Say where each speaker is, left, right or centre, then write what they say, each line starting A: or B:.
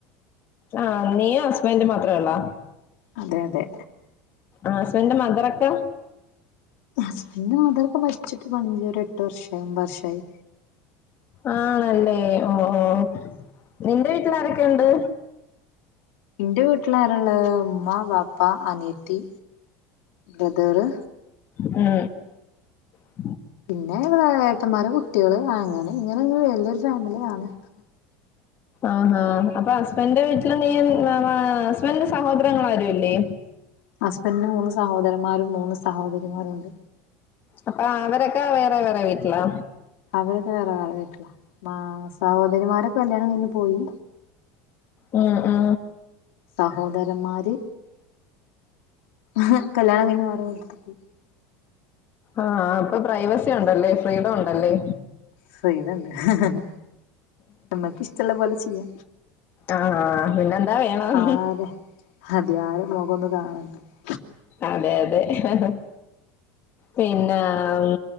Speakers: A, on the left; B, on the left.
A: ആഹ നീ ഹസ്ബന്റും മാത്രെ ഒള്ളോ?
B: അതെ അതെ.
A: ആസ്ബന്റെ മദറൊക്കെ?
B: ഹസ്ബന്റെ മാതറ്പ്പൊ മരിച്ചിട്ട് പ ഒരു എട്ട് വർഷയി ഒമ്പർഷയി.
A: ആണല്ലെ ഓഓ ഓ നിന്റെ വീട്ട്ല് ആരൊക്കെ ഒണ്ട്?
B: ന്റെ വീട്ടിലരള്ളെ ഉമ്മ വാപ്പ അനിയത്തി. ബ്രെദറ്?
A: മ് മ്
B: പിന്നെ ഇവിടെ ഏട്ടന്മാരെ കുട്ടികള് അങ്ങനെ ഇങ്ങനെ ഒരു വലിയൊരു ഫാമിലിയാണ്
A: ആഹാ അപ്പൊ ഹസ്ബൻന്റെ വീട്ട്ല് നീ മി മ ഹസ്ബൻഡന്റെ സഹോദരങ്ങൾ ആരുല്ലേ?
B: ഹസ്ബന്റിന് മൂന്ന് സഹോദരന്മാരും മൂന്ന് സഹോദരിമാരും ഉണ്ട്.
A: അപ്പ അവരൊക്കെ വേറെ വേറെ വീട്ടിലാ?
B: അവരൊക്കെ വേറെ വേറെ വീട്ട്ല മ സഹോദരിമാരൊക്കെ കല്യാണം കയ്ഞ്ഞ് പോയി
A: ആ ആ
B: സഹോദരന്മാര് ഹ് കല്യാണം കഴിഞ്ഞ് വേറെ വീട് എട്ത്ത് പോയി.
A: ആഹ അപ്പൊ പ്രൈവസി ഒണ്ടല്ലേ ഫ്രീഡം ണ്ടല്ലേ?
B: ഫ്രീഡണ്ട് ഹ് ഹ് ഹ് ഞമ്മക്ക് ഇഷ്ട്ടള്ള പോലെ ചെയ്യാ.
A: ആഹ് പിന്നെന്താ വേണം
B: ആരെ അതയാ അര <unintelligible>
A: അതെ അതെ ഹ് ഹ്. പിന്നെ മ്